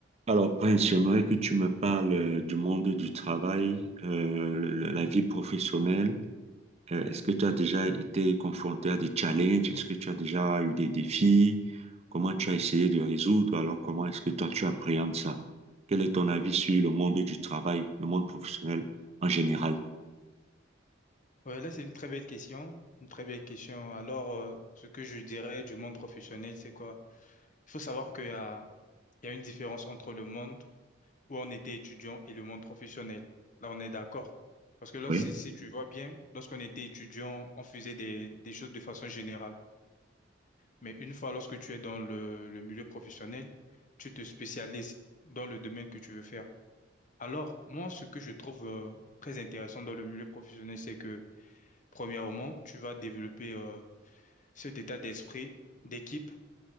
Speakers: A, on the right (about 35°); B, on the left (about 40°).
A: Alors, Prince, j'aimerais que tu me parles euh, du monde du travail, euh, le- le- la vie professionnelle. Euh, est-ce que tu as déjà été confronté à des challenges? Est-ce que tu as déjà eu des défis? Comment tu as essayé de résoudre? Alors, comment est-ce que toi, tu appréhendes ça? Quel est ton avis sur le monde du travail, le monde professionnel en général?
B: Ouais, là, c'est une très belle question, une très belle question. Alors, euh, ce que je dirais du monde professionnel, c'est quoi? Il faut savoir qu'il y a, il y a une différence entre le monde où on était étudiant et le monde professionnel. Là, on est d'accord. Parce que là,
A: Oui,
B: si, si tu vois bien, lorsqu'on était étudiant, on faisait des, des choses de façon générale. Mais une fois, lorsque tu es dans le, le milieu professionnel, tu te spécialises dans le domaine que tu veux faire. Alors, moi, ce que je trouve euh, très intéressant dans le milieu professionnel, c'est que, premièrement, tu vas développer... euh, cet état d'esprit d'équipe.